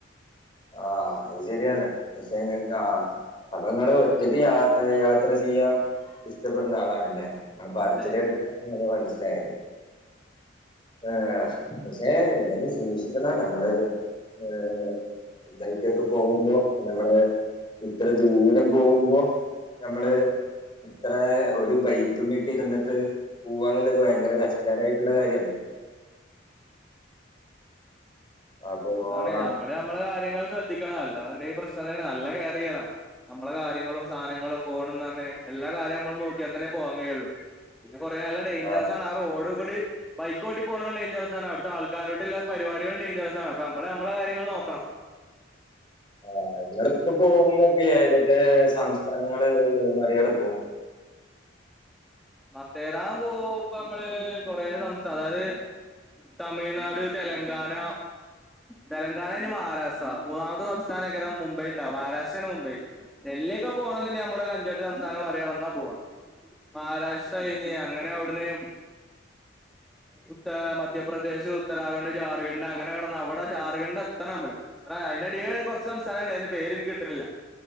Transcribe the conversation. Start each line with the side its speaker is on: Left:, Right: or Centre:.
Left: ആഹ അത് ശരിയാണ് പക്ഷെ ആ അപ്പൊ നിങ്ങള് ഒറ്റക്ക് യാ യാത്ര ചെയ്യാൻ ഇഷ്ടപ്പെടുന്ന ആളാണല്ലേ? ങ്ങടെ പറിച്ചില്
Centre: അതെ
Left: കെട്ടിട്ടാണ് ങ്ങട് മനസ്സിലായത് ആഏ പക്ഷേ ന്നാലും സൂക്ഷിക്കണം നമ്മള് ഏ ഇതായിട്ടൊക്കെ പോകുമ്പോ നമ്മള് ഇത്ര ദൂരം പോകുമ്പോ നമ്മള്
Centre: ആഹ്
Left: ഇത്ര ഒരു ബൈക്കുമേക്കെ ഇരുന്നിട്ട് പൂവാന്നുള്ളത് ഭയങ്കര കഷ്ടകരമായിട്ടുള്ള കാര്യമാണ് അപ്പൊ
Centre: അതാണ്
Left: ആഹ്
Centre: ഞമ്മള് നമ്മെ കാര്യങ്ങൾ ശ്രദ്ധിക്കണം അല്ലാന്ന്ണ്ടെങ്കി പ്രശ്നന്നെയാണ് നല്ല കെയർ ചെയ്യണം നമ്മളെ കാര്യങ്ങളും സാധനങ്ങളും ഫോണുംന്ന് പറഞ്ഞ് എല്ലാ കാര്യം നമ്മൾ നോക്കിയത്തനെ പോവാൻ കഴിയുള്ളു പിന്നെ കുറെ നല്ല ഡേഞ്ചറസ്
Left: ആഹ്
Centre: ആണ് ആ റോഡ് കൂടി ബൈക്കോട്ടി പോണോ ഡേഞ്ചറസ് ആണ് അവിടത്തെ ആൾക്കാരോട്ടുള്ള പരിപടികളും ഡേഞ്ചറസ് ആണ് നമ്മള് നമ്മള കാര്യങ്ങൾ നോക്കണം
Left: ആ നിങ്ങളിപ്പോ പോകുമ്പോ ഏതൊക്കെ സംസ്ഥാനങ്ങള് മറികടക്കും
Centre: മത്തേരാൻ പോകുമ്പ നമ്മള് കൊറെ സംസ്ഥാനം അതായത് തമിഴ്നാട് തെലങ്കാന തെലങ്കാന ഇനി മഹാരാഷ്ട്ര മൂന്നാമത്തെ സംസ്ഥാനക്കരം മുംബൈ ഉണ്ടാവും മഹാരാഷ്ട്രയാണ് മുംബൈ ഡല്ലിക്കെ പോകണം തന്നെ നമ്മളൊ ഒരു അഞ്ചെട്ട് സംസ്ഥാനം മറിക്കടന്നാ പോവാ മഹാഷ്ട്ര <unintelligible> അങ്ങനെ അവിടുന്ന് ഉത്ത മധ്യപ്രദേശ് ഉത്തരാഖണ്ഡ് ജാർഖണ്ഡ് അങ്ങനെ കിടന്ന അവിടെ ജാർഖണ്ഡ് എത്തണം നമ്മള് ആ അതിന്റടീല് കുറച്ച് സംസ്ഥാനണ്ടേ അതിന്റെ പേര്ന്ക്ക് കിട്ടണില്ല